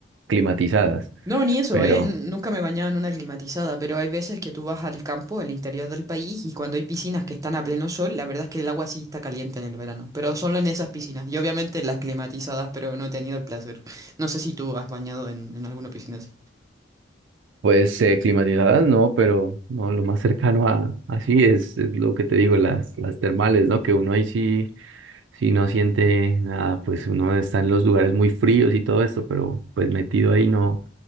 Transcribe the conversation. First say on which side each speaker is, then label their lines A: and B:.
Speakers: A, on the right (about 70°); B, on the right (about 20°).
A: climatizadas,
B: No, ni eso,
A: pero
B: ¿eh? N- Nunca me bañaba en una climatizada, pero hay veces que tú vas al campo, al interior del país, y cuando hay piscinas que están a pleno sol, la verdad es que el agua sí está caliente en el verano, pero solo en esas piscinas, y obviamente en las climatizadas, pero no he tenido el placer. No sé si tú has bañado en, en alguna piscina así.
A: pues eh, climatizadas no, pero no, lo más cercano a así es, es lo que te digo, las, las termales, ¿no? Que uno ahí sí, sí no siente nada, pues uno está en los lugares muy fríos y todo esto, pero pues metido ahí no,